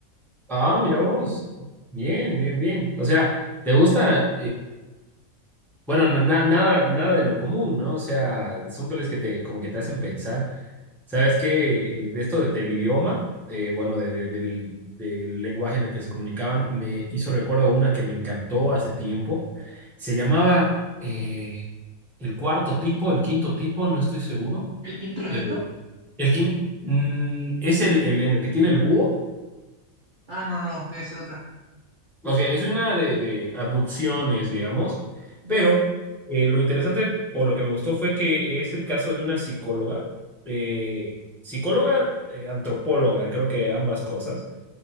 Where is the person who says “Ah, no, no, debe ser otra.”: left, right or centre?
Right